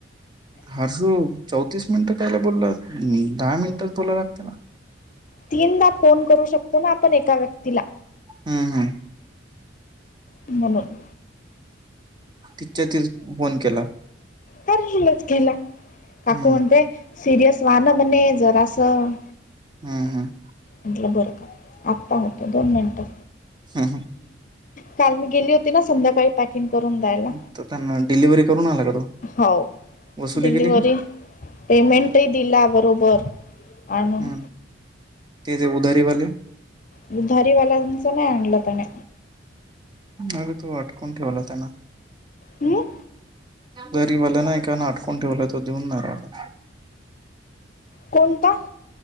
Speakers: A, on the right; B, on the left.
A: हर्षू चौतीस मिनिटं कायला बोलला दहा मिनिटच बोला लागते ना.
B: तीनदा फोन करू शकतो ना आपण एका व्यक्तीला.
A: हम्म हम्.
B: ह <inaudible>
A: तिच्या तच फोन केला.
B: कार र लचकला काक
A: हम्म
B: म्हणते. सिरियस वा ना म्हणे जरासं.
A: हम् हम.
B: म्हटलं बरं का आत्ता होतो दोन मिनटं.
A: हम्म
B: काल मी गेली होती ना संध्याकाळी पा. करून दयला
A: हम्म तर त्यांना डिलिव्हरी करून आला का तो
B: हो
A: वसुली
B: डिलव्हरी.
A: केली की
B: पेमेंटही दिला बरोबर. आणून
A: हम्म ते ते उदारीवाले.
B: दुधारीवाल्यांच नाही आणलं त्याने.
A: अग तो वाटकून ठेवला त्याना.
B: ह.
A: गरीवाल्या ना एकां आटकून ठेवलं तो देऊन नाही.
B: कोणता.